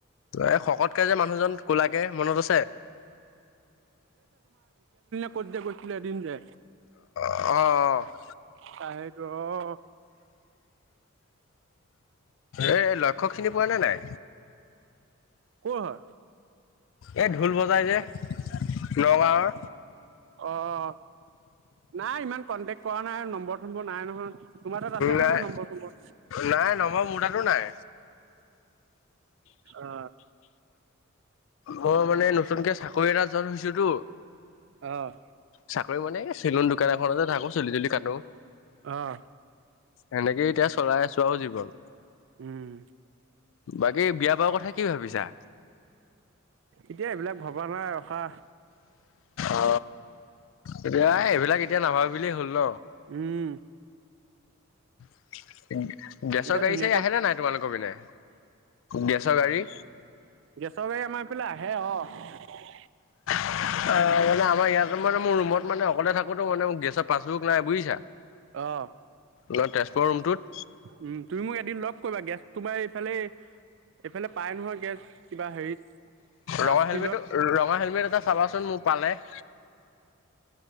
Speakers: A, on the left; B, on the right.
A: এই শকতকে যে মানুহজন কোলাকে মনত আছে?
B: প <unintelligible> দিন যে?
A: অঁ অ।
B: চাহটো অ।
A: এ ল লক্ষ্যক চিনি পোৱা নে নাই?
B: ক'ৰ হয়
A: এইটো ঢোল বজাই যে নগাঁৱৰ!
B: অ' নাই ইমান কন্টেক্ট কৰা নাই আৰু নম্বৰ চম্বৰ নাই নহয়। তোমাৰ তাত আছে
A: নাই
B: চাগৈ নম্বৰ চম্বৰ
A: নাই নম্বৰ মোৰ তাতো নাই
B: অ।
A: মই মানে নতুনকে চাকৰি এটা জইন ইচু টো।
B: অ'
A: চাকৰি মানে চিলন দোক এখনতে থাকো চুলি তুলি কাটো
B: অ'
A: সেনেকে এতিয়া চলাই আছো আৰু হয়।
B: উম।
A: বাকী বিয়া বাৰাৰ কথা কি ভাবিছা?
B: এতিয়া এইবিলাক ভবা নাই ৰখা।
A: অ এতিয়া এইবিলাক এতিয়া নাভাবে বিলিয়েই হ'ল ন?
B: উম।
A: <inaudible> গেছৰ
B: এতিয়া
A: গাড়ী
B: ধুনীয়াকৈ
A: চাড়ী আহেনে নাই তোমালোকৰ পিনে। গেছৰ গাড়ী।
B: গেশ গাই আমাৰ পিলা হে অহ ',
A: অহ ', মানে আমাৰ ইয়াত মানে মোৰ ৰুমত মানে অকলে থাকোতো মানে ম গেছৰ পাছবুক নাই বুজিছা?
B: অহ ',
A: অহ ', তেজপুৰৰ ৰুমটোত
B: উম, তুমি মোক এদিন লগ কৰিবা গেছ তোমাৰ এইফালে এইফালে পায় নহয় গেছ কিবা হেৰিত। চাৰ্চ
A: ৰঙা হেলমেটটো-
B: ফিল্ডত
A: ৰঙা হেলমেট এটা চাবাচোন মোক পালে। <inaudible>